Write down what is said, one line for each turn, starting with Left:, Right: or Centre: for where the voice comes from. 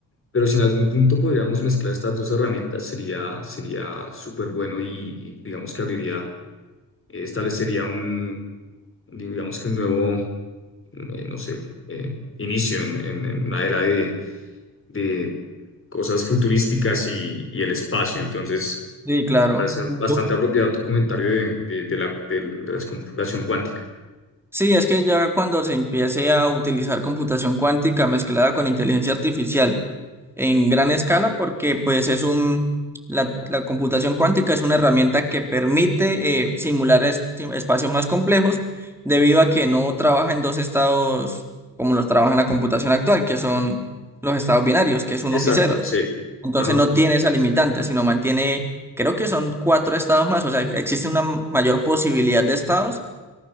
Left: pero si en algún punto podríamos mezclar estas dos herramientas, sería, sería súper bueno y, y digamos que abriría, eh, establecería un, digamos que un nuevo, eh, no sé, eh, inicio en, en, en una era de de cosas futurísticas y, y el espacio. Entonces,
Centre: sí, claro.
Left: me parece
Centre: Ujú.
Left: bastante apropiado tu comentario de, de, de la, del- de la computación cuántica.
Centre: Sí, es que ya cuando se empiece a utilizar computación cuántica mezclada con inteligencia artificial en gran escala, porque pues es un, la, la computación cuántica es una herramienta que permite eh, simular es- sí, espacios más complejos debido a que no trabaja en dos estados como los trabaja en la computación actual, que son los estados binarios, que es unos
Left: Exacto,
Centre: y ceros.
Left: sí.
Centre: Entonces
Left: Ajá.
Centre: no tiene esa limitante, sino mantiene, creo que son cuatro estados más, o sea, existe una mayor posibilidad de estados,